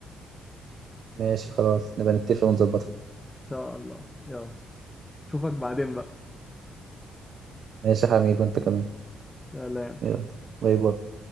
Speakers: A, on the right (about 60°); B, on the left (about 15°).
A: ماشي خلاص نبقى نتفق ونظبطها
B: ان شاء الله يلا اشوفك بعدين بقى
A: ماشي يا حميد وانت كمان
B: سلام
A: يلا باي باي